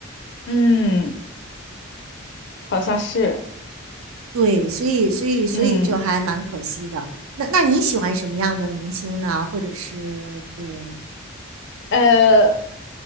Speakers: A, on the left; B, on the right.
A: 嗯，好像是，
B: 对，所以所以所以就还蛮可惜的。
A: 嗯
B: 那那你喜欢什么样的明星呢？或者是对，
A: 呃，